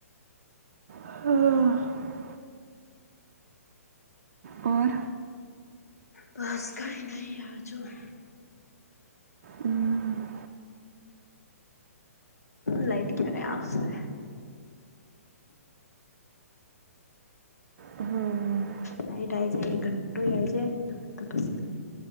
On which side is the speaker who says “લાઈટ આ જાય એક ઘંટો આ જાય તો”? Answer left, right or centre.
Left